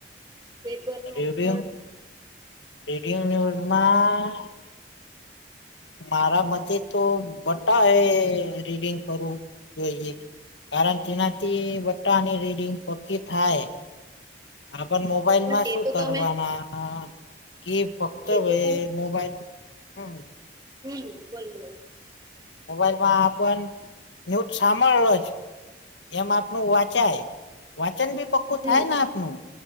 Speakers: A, on the right; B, on the left.
A: પેપરનું
B: રેડિંયમ
A: પણ
B: રેડિંયમ નિયુઝમાં- મારા મતે તો બટાએ રીડિંગ કરવું જોઈએ. કારણ તેનાથી બધાની રીડિંગ પકી થાય આપન મોબ- મોબાઈલ
A: પણ
B: માં શું
A: એ તો
B: કરવાના
A: તમે
B: કે ફક્ત
A: એ
B: વએ
A: તો
B: મોબાઈલ- હમ્મ. <unintelligible>
A: હમ્મ બોલવો.
B: મોબાઈલમાં આપણ ન્યૂજ સાંભળો જ- એમ આપનું વાંચાય- વાંચન બી પક્કું
A: હમ
B: થાય ને આપનું